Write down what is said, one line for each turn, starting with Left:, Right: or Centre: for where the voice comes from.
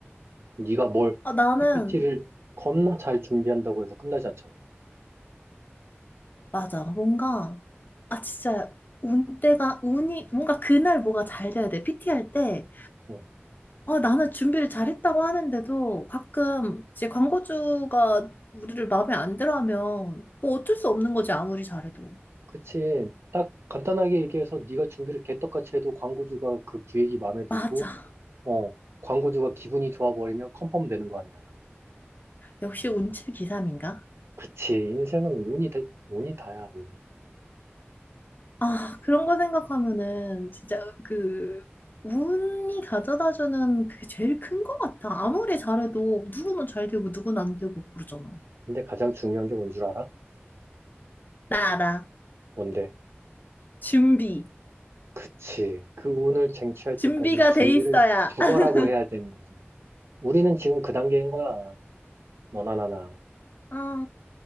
Right: 네가 뭘
Left: 아, 나는,
Right: PPT를 겁나 잘 준비한다고 해서 끝나지 않잖아.
Left: 맞아. 뭔가, 아, 진짜, 운 때가, 운이, 뭔가 그날 뭐가 잘 돼야 돼. PT 할 때,
Right: 어.
Left: 아, 나는 준비를 잘했다고 하는데도 가끔 이제 광고주가 우리를 마음에 안 들어 하면 뭐 어쩔 수 없는 거지, 아무리 잘해도.
Right: 그치. 딱 간단하게 얘기해서 네가 준비를 개떡같이 해도 광고주가 그 기획이 마음에 들고,
Left: 맞아.
Right: 어, 광고주가 기분이 좋아버리면 컨펌 되는 거 아니야.
Left: 역시 운칠 기삼인가?
Right: 그치. 인생은 운이 다, 운이 다야, 운이.
Left: 아, 그런 거 생각하면은 진짜 그 운이 가져다주는 그게 제일 큰 거 같아. 아무리 잘해도 누구는 잘 되고 누구는 안 되고 그러잖아.
Right: 근데 가장 중요한 게 뭔 줄 알아?
Left: 나 알아.
Right: 뭔데?
Left: 준비.
Right: 그치. 그 운을 쟁취할
Left: 준비가
Right: 때까지 준비를
Left: 돼 있어야.
Right: 죽어라고
Left: <laughs>
Right: 해야 되는 거지. 우리는 지금 그 단계인 거야. 너나 나나.
Left: 아,